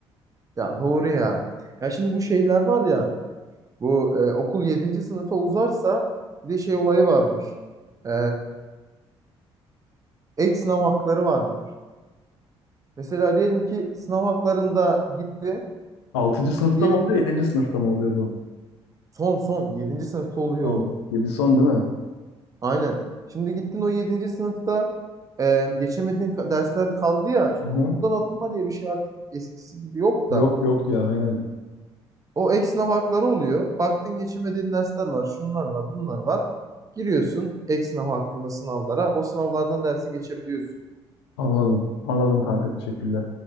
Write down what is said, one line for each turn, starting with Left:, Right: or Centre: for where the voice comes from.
Right: Ya doğru ya. Ya şimdi bu şeyler var ya. Bu e, okul yedinci sınıfa uzarsa bir de şey olayı varmış. E, ek sınav hakları varmış. Mesela diyelim ki sınav haklarında gitti.
Left: Altıncı sınıfta
Right: Diyelim
Left: mı oluyor,
Right: ki
Left: Yedinci sınıfta mı oluyor bu?
Right: son son yedinci sınıfta oluyor.
Left: Son.
Right: o.
Left: yedi son değil mi?
Right: Aynen. Şimdi gittin o yedinci sınıfta e, geçemediğin ka- dersler kaldı ya. Şimdi
Left: Hı-hı.
Right: okuldan atılma diye bir şey artık eskisi gibi yok
Left: Yok
Right: da.
Left: yok ya aynen.
Right: O ek sınav hakları oluyor. Baktın geçirmediğin dersler var, şunlar var, bunlar var. Giriyorsun ek sınav hakkında sınavlara. O sınavlardan dersi geçebiliyorsun.
Left: Anladım. Anladım kanka teşekkürler.